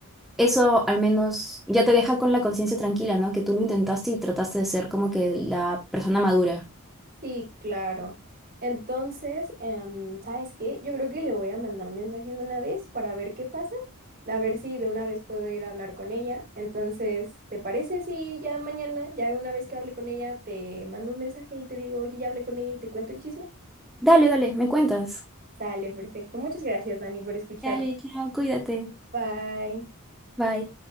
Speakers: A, in the centre; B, on the right.
A: eso al menos ya te deja con la conciencia tranquila, ¿no? Que tú lo intentaste y trataste de ser como que la persona madura.
B: Sí, claro. Entonces, em, ¿sabes qué? Yo creo que le voy a mandar mensaje de una vez para ver qué pasa, a ver si de una vez puedo ir a hablar con ella. Entonces, ¿te parece si ya mañana, ya una vez que hable con ella, te mando un mensaje y te digo, oye, ya hablé con ella y te cuento el chisme?
A: Dale, dale, me cuentas.
B: Sale, perfecto. Muchas gracias, Dani, por escuchar.
A: Dale, chao, cuídate.
B: Bye.
A: Bye.